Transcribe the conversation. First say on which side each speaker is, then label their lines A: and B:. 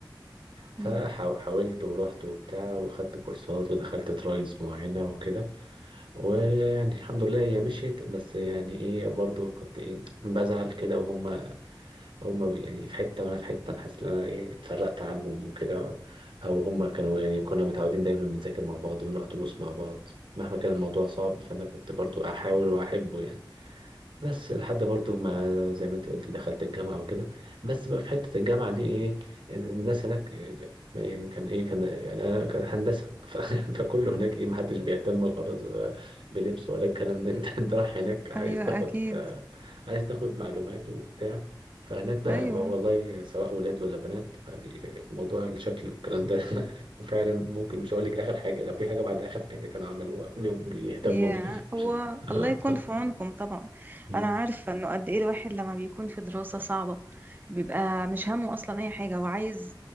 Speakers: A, on the right; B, on the right.
A: فحاولت
B: مم.
A: ورحت وبتاع وخدت كورسات ودخلت ترايلز معينة وكده ويعني الحمد لله هي مشيت بس يعني ايه برضو كنت ايه بزعل كده وهم هم يعني في حتة وانا في حتة انا حاسس ان انا ايه اتفرقت عنهم وكده او هم كانوا يعني كنا متعودين دايما بنذاكر مع بعض ونروح دروس مع بعض مهما كان الموضوع صعب فانا كنت برضو احاول واحبه يعني بس لحد برضو ما زي ما انت قلت دخلت الجامعة وكده بس بقى في حتة الجامعة دي ايه الناس هناك إيه، يعني كان ايه كان يعني انا كان هندسة ف- <laughs> فكله هناك ايه محدش بيهتم خالص بقى بلبس ولا الكلام ده <laughs> انت انت رايح هناك عايز
B: أيوة
A: تاخد
B: أكيد
A: آه، عايز تاخد معلومات وبتاع فهناك بقى
B: أيوة
A: و- والله سواء ولاد ولا بنات فبي- موضوع الشكل والكلام ده <laughs> فعلا ممكن مش هقول لك اخر حاجة لو في حاجة بعد اخر حاجة كانوا عملوها بيهتموا
B: يا
A: بيها
B: هو
A: <laughs>
B: الله يكون في عونكم طبعا
A: <laughs>
B: انا عارفه انه قد ايه الواحد لما بيكون في دراسه صعبه بيبقى مش همه اصلا اي حاجه هو عايز